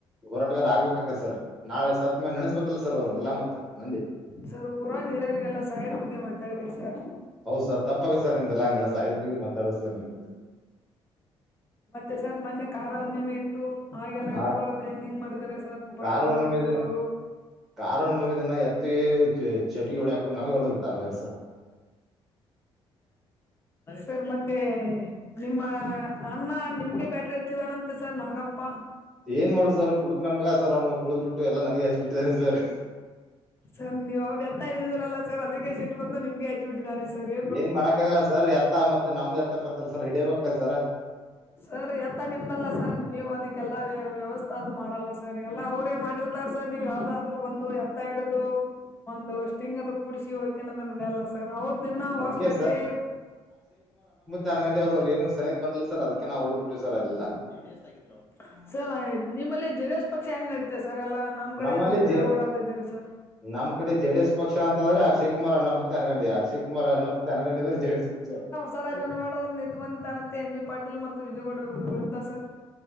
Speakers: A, in the centre; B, on the left.
A: ಹೋರಾಟಗಾರ ಆಗ್ಬೇಕಾಕತ್ ಸರ್ ನಾಳೆ ಸತ್ ಮ್ಯಾಗ್ ನೆಡೆಸ್ಬೇಕಲ್ಲ ಸರ್ ಅವ್ರನ್ನಲ್ಲ ಮತ್ತ ಮಂದಿ.
B: ಸರ್ ಊರಾನ್ ಹಿರಿಯರಿಗೆಲ್ಲ ಸಾಯದ್ ಬಗ್ಗೆ ಮಾತಾಡ್ಬೇಡಿ ಸರ್.
A: ಹೌದು ಸರ್ ತಪ್ಪಾಗತ್ತ್ ಸರ್ ನಿಮ್ದುಲ್ಲ ಹಂಗಲ್ಲ ಸಾಯದ್ ಬಗ್ಗೆ ಮಾತಾಡದು ಸರ್ ನಿಮ್ಗೆ
B: ಮತ್ತೆ ಸರ್ ಮನ್ನೆ ಖಾರ ಹುಣ್ಣಿಮೆ ಇತ್ತು. ಹಾಗೆಲ್ಲ ಇತ್ಕೊಳ್ಳದು
A: ಆ
B: ಹೆಂಗ್ ಹೆಂಗ್ ಮಾಡಿದ್ದಾರೆ ಸರ್ ಬಣ್ಣ
A: ಕಾರ ಹುಣ್ಣಿಮೆ
B: ಅದು ಹಚ್ಚದು
A: ದಿನ ಕಾರ ಹುಣ್ಣಿಮೆ ದಿನ ಎತ್ತಿಗೆ ಚ ಚಟಿ ಹೊಡಿಯಕು ನನಗ್ ಹೊಡೆದ್ ಬಿಟ್ಟಾರ ಬರೀ ಸರ.
B: ಸರ್ ಮತ್ತೆ ನಿಮ್ಮ ಅಣ್ಣ ನಿಮ್ಗೆ ಬ್ಯಾಟ್ರಿ ಹೆಚ್ಚಿದಾನಂತೆ ಸರ್ ನಾಗಪ್ಪ
A: ಏನ್ ಮಾಡುದು ಸರ್ ಕುಡುಕ್ ನನ್ ಮಗ ಸರ್ ಅವ್ನು ಕುಡುದ್ ಬಿಟ್ಟು ಎಲ್ಲ ನನಗೆ ಹಚ್ಬ ಬಿಟ್ಟಿದ್ದಾನೆ ಸರ್.
B: ಸರ್ ನೀವು ಅವ್ ಎತ್ತಾ ಇದೀರಲ್ಲ ಸರ್ ಅದಕ್ಕೆ ಸಿಟ್ ಬಂದು ನಿಮ್ಗೆ ತ್ ಬಿಟ್ಟಿದ್ದಾರೆ ಸರ್ ಏ
A: ಏನ್ ಮಾಡಕ್ಕಾಗಲ್ಲ ಸರ್ ಎತ್ತ ಮತ್ತೆ ನಮ್ದು ಎತ್ತಕ್ಕತ್ತಲ್ಲ ಸರ್ ಹಿಡಬೇಕಲ್ ಸರ.
B: ಸರಿ ಎತ್ತ ನಿಮ್ದಲ್ಲ ಸರ್ ನೀವ್ ಅದಿ ಎಲ್ಲಾ ವ್ಯವಸ್ಥೆ ಅದು ಮಾಡಲ್ಲ ಸರ್ ಎಲ್ಲಾ ಅವರೇ ಮಾಡಿರ್ತಾರ ಸರ್ ನೀವ್ ಯಾವ್ದಾದ್ರು ಬಂದು ಎತ್ತ ಹಿಡುದು ಒಂದಷ್ಟು ಹಿಂಗದ ಕುಡಸಿ ಹೋಕ್ಕಿನ್ ಅಂದಾನ್ ಮ್ಯಾಲಸ್ ಸರ್ ಅವ್ರ್ ದಿನ್ನ
A: ಅದಕ್ಕೆ
B: ವರ್ಷ ಗಟ್ಲಿ
A: ತಾನಗಂಡಿ ಅವ್ರ್ ಅವ್ರುಗ್ ಏನು ಸರ್ಯಗ್ ಬರ್ಲಿಲ್ಲ ಸರ್ ಅದ್ಕೆ ನಾವು ಹೋಗಿ ಬಿಟ್ವಿ ಸರ್ ಅಲ್ಲೆಲ್ಲ
B: ಜೆ ಡಿ ಎಸ್ ಆಗಿದ್ರು ಸರ್ ನಿಮ್ಮಲ್ಲಿ ಜೆ ಡಿ ಎಸ್ ಪಕ್ಷ ಹೆಂಗ್ ನಡತೆ ಸರ್ ಎಲ್ಲ ನಮ್ ಕಡೆ
A: ನಮ್ಮಲ್ಲಿ
B: ಎದೋ ದೇವೇಗೌಡ
A: ಜೆ
B: ಅದು ಇದ್ದರಿ ಸರ್.
A: ನಮ್ ಕಡೆ ಜೆ ಡಿ ಎಸ್ ಪಕ್ಷ ಅಂತ ಅಂದ್ರ ಅಕ್ಷಯ ಕುಮಾರ್ ಅಣ್ಣ ಬೂತಿ ಅನ್ಗದ್ದಿಯಾ ಶ್ ಕುಮಾರಣ್ಣ ಅನಗಂಡಿ ಅಂದ್ರ ಜೆ ಡಿ ಎಸ್ <unintelligible>
B: ಸರ್ ಅನ್ವಡ ಅವ್ರು ನಿತ್ತ್ ಕೊಂದಿದ್ದಾರಂತೆ ಎಂ ಬಿ ಪಾಟೀಲ್ ಮತ್ತು ವಿಜೇಗೌಡ ವಿ ವಿರುದ್ಧ ಸರ್.